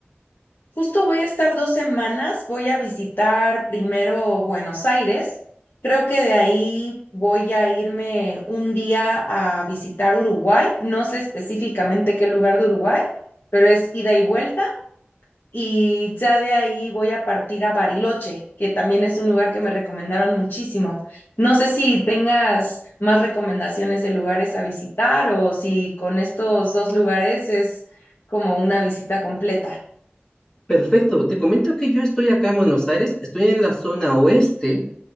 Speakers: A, on the left (about 65°); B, on the left (about 20°).
A: Justo voy a estar dos semanas, voy a visitar primero Buenos Aires, creo que de ahí voy a irme un día a visitar Uruguay, no sé específicamente qué lugar de Uruguay, pero es ida y vuelta y ya de ahí voy a partir a Bariloche, que también es un lugar que me recomendaron muchísimo. No sé si tengas más recomendaciones de lugares a visitar o si con estos dos lugares es como una visita completa.
B: Perfecto. Te comento que yo estoy acá en Buenos Aires. Estoy en la zona oeste,